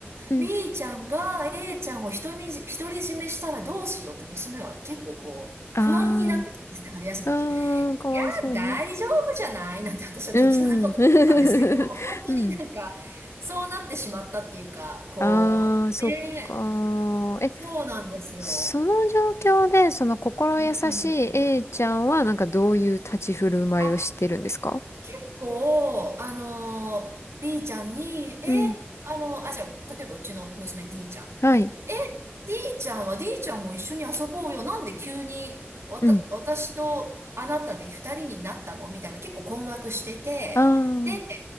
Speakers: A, on the left; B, on the right.
A: うん。
B: B ちゃんが A ちゃんを独りじ、独り占めしたらどうしようって娘は結構こう、
A: ああ。
B: 不安になってたんですね、春休みの時。
A: うーん、
B: い
A: かわいそうに。
B: や、大丈夫じゃないなんて私は適当なこと言ってたんですけど、
A: うん。<laughs>
B: 本当になんか、
A: うん。
B: そうなってしまったっていうか、
A: <laughs>
B: こう、
A: ああ、そっか。
B: ねえ、
A: え
B: そうなんですよ。
A: その状況で、その心優しい
B: うん。
A: A ちゃんは、なんかどういう立ち振る舞いをしてるんですか
B: あ結構、あのー、B ちゃんに、え、
A: うん。
B: あの、あ、じゃあ、例えばうちの娘 D ちゃんって言って、
A: はい。
B: え、D ちゃんは D ちゃんも一緒に遊ぼうよ。なんで急に、わた、
A: うん。
B: 私とあなたで二人になったのみたいな結構困惑してて、
A: ああ。
B: で、